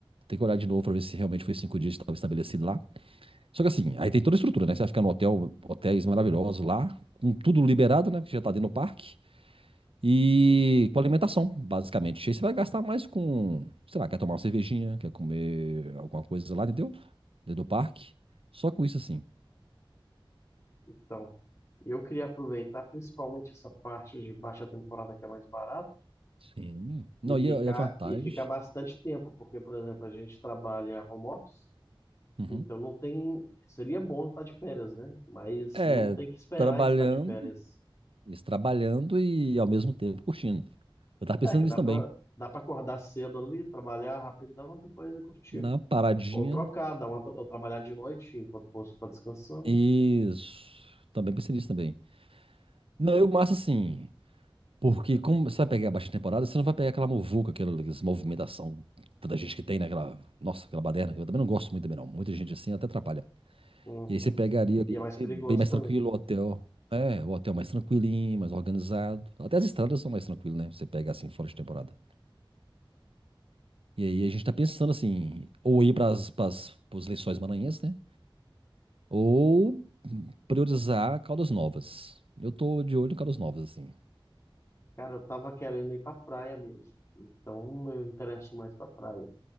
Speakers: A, on the right (about 80°); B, on the left (about 30°).
A: Tem que olhar de novo pra ver se realmente foi 5 dias que estava estabelecido lá. Só que assim, aí tem toda a estrutura, né? Você vai ficar no hotel, hotéis maravilhosos lá, com tudo liberado, né? Que já tá dentro do parque. E com alimentação, basicamente. Aí você vai gastar mais com, sei lá, quer tomar uma cervejinha, quer comer alguma coisa lá, entendeu? Dentro do parque. Só com isso assim.
B: Então, eu queria aproveitar principalmente essa parte de baixa temporada que é mais barata
A: Sim. Não,
B: e ficar,
A: e a, e a vantagem?
B: e ficar bastante tempo, porque, por exemplo, a gente trabalha home office,
A: Uhum.
B: então não tem. Seria bom estar de férias, né? Mas
A: É,
B: não tem que esperar
A: trabalhando,
B: estar de férias.
A: isso, trabalhando e ao mesmo tempo curtindo. Eu tava pensando
B: É que
A: nisso
B: dá
A: também.
B: pra, dá pra acordar cedo ali, trabalhar rapidão, depois eu curtir.
A: Na paradinha.
B: Ou trocar, dar uma, ou trabalhar de noite enquanto o posto está descansando.
A: Isso. Também pensei nisso também. Não, eu massa assim. Porque como você vai pegar a baixa temporada, você não vai pegar aquela muvuca, aquela, aquela movimentação, tanta gente que tem naquela. Nossa, aquela baderna. Eu também não gosto muito também, não. Muita gente assim até atrapalha
B: Uhum.
A: E aí você pegaria
B: E
A: ali
B: é mais
A: é
B: perigoso
A: bem mais
B: também.
A: tranquilo o hotel. É, o hotel mais tranquilinho, mais organizado. Até as estradas são mais tranquilas, né? Você pega assim fora de temporada. E aí a gente tá pensando assim, ou ir para os Lençóis Maranhenses, né? Ou priorizar Caldas Novas. Eu tô de olho em Caldas Novas, assim,
B: Cara, eu tava querendo ir pra praia mesmo. Então eu interesso mais pra praia.